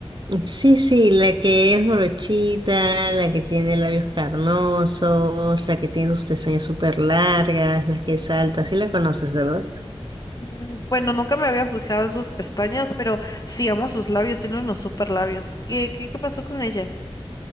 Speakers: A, on the right; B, on the left.
A: Sí, sí, la que es morochita, la que tiene labios carnosos, la que tiene sus pestañas súper largas, la que es alta, sí la conoces, ¿verdad?
B: Mm, Bueno, nunca me había fijado en sus pestañas, pero sí amo sus labios, tiene unos super labios. ¿Qué, qué, qué pasó con ella?